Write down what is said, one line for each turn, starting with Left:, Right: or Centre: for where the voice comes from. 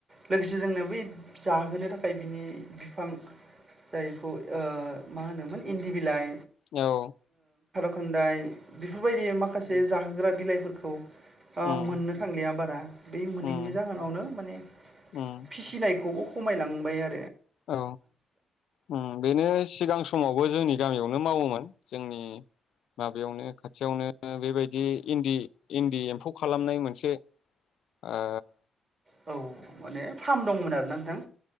Right: लोगोसे जोंनो बै जाहोनो थाखाय बिनि बिफां जायखौ ओ मा होनोमोन इन्दि बिलाइ
Left: औ
Right: होन्दाय बेफोरबायदि माखासे जाहो ग्रा बिलाइफोरखौ ओ
Left: उम
Right: मोननो थांलिया बारा, बै मोनिनि
Left: उम
Right: जाहोनावनो माने
Left: उम
Right: फिसिनायखौ खमायलांबाय आ
Left: औ उम बेनो सिगां समावबो जोंनि गामियावनो मावोमोन जोंनि माबायावनो खाथियावनो बेबायदि इन्दि इन्दि एम्फौ खालामनाय मोनसे ओ
Right: औ माने फार्म दंमोन आरोना नोंथां